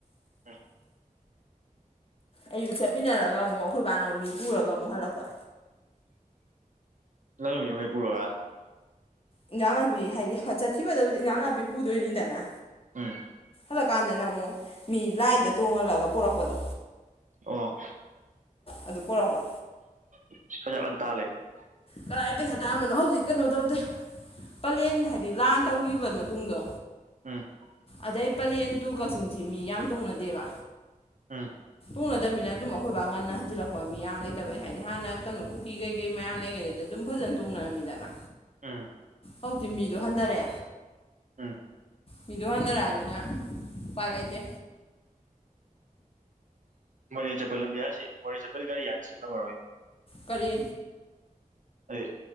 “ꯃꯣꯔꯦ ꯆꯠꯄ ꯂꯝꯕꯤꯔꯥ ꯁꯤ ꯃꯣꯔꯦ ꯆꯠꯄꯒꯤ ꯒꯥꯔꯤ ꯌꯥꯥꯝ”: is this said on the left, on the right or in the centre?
Right